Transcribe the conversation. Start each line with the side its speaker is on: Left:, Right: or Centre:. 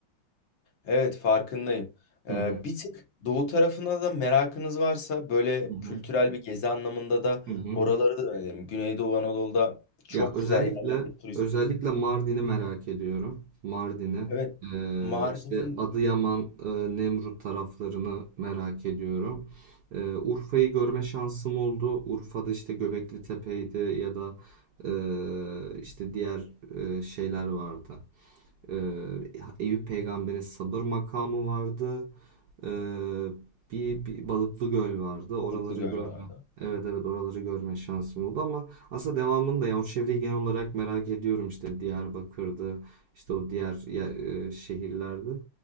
Left: Evet farkındayım. Ee,
Right: Hı hı.
Left: bir tık doğu tarafına da merakınız varsa böyle
Right: Hı hı.
Left: kültürel bir gezi anlamında da
Right: Hı hı.
Left: oraları da öneririm. Güneydoğu Anadolu'da çok
Right: Ya özellikle
Left: güzel yerler turist.
Right: özellikle Mardin'i merak ediyorum. Mardin'i.
Left: Evet.
Right: Ee,
Left: Mardin'in
Right: işte Adıyaman, e, Nemrut taraflarını merak ediyorum. Ee, Urfa'yı görme şansım oldu. Urfa'da işte Göbekli Tepe'ydi ya da e, işte diğer e, şeyler vardı. Ee, Eyüp Peygamber'in sabır makamı vardı. Ee, bir, bir Balıklı Göl vardı. Oraları
Left: Balıklı Gölü
Right: görme.
Left: vardı.
Right: Evet evet oraları görme şansım oldu ama aslında devamını da yani o çevreyi genel olarak merak ediyorum işte Diyarbakır'dı işte o diğer yer- e, şehirlerde.